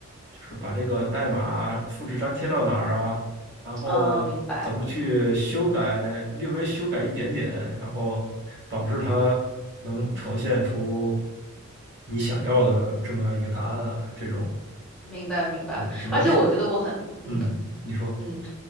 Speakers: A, on the right; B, in the centre.
A: 就是把这个代码复制粘贴到哪儿啊，然后怎么去修改，
B: 啊，明白
A: 略微修改一点点，然后导致它能呈现出你想要的这么样一个答案啊，这种，
B: 明白明白。
A: 嗯只能说，
B: 而且我觉得我很嗯
A: 嗯，你说，
B: 嗯。